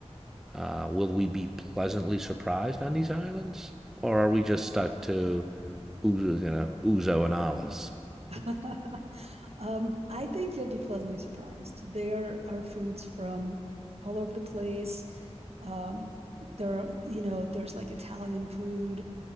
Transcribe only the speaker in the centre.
Uh, will we be pleasantly surprised on these islands, or are we just stuck to ouzo, you know, ouzo and olives?